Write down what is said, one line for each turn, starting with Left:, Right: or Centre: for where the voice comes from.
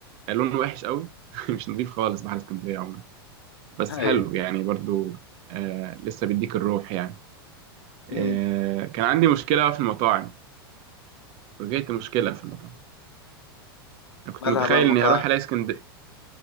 Right: آه، لونه وحش قوي <laughs> مش نظيف خالص بحر اسكندريه عموما بس
Left: هاي
Right: حلو يعني برضه آه لسه بيديك الروح يعني آه
Left: امم
Right: كان عندي مشكله في المطاعم واجهت مشكله في المطاعم أنا كنت
Left: مالها
Right: متخيل
Left: بقى المطاعم
Right: اني هروح الاقي اسكندريه